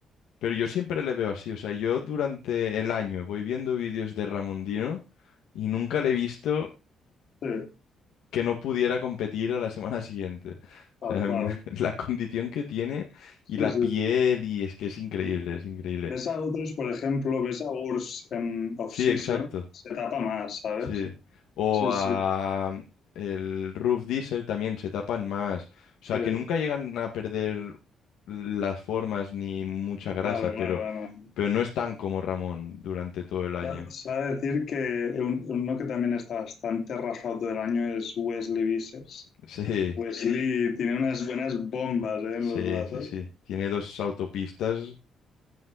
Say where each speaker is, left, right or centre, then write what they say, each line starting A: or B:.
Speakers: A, on the left; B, on the left.
A: Pero yo siempre le veo así, o sea, yo durante el año voy viendo vídeos de Ramondino y nunca le he visto.
B: Sí,
A: que no pudiera competir a la semana siguiente.
B: tal
A: O sea,
B: cual.
A: em, <laughs> la condición que tiene
B: Sí,
A: y la
B: sí.
A: piel, y es que es increíble, es increíble.
B: Ves a otros, por ejemplo, ves a Urs en off-season,
A: Sí, exacto,
B: se tapa más, ¿sabes?
A: sí. O
B: Sí,
A: a
B: sí,
A: mm, el Roof Diesel también se tapan más. O sea,
B: sí.
A: que nunca llegan a perder las formas ni mucha grasa,
B: Claro,
A: pero,
B: claro,
A: pero no están como Ramón durante todo el año.
B: claro.
A: <laughs>
B: Se va a decir que un- uno que también está bastante rajado todo el año es Wesley Vissers.
A: Sí,
B: Wesley tiene unas buenas bombas, ¿eh? en
A: sí,
B: los brazos.
A: sí, sí. Tiene dos autopistas.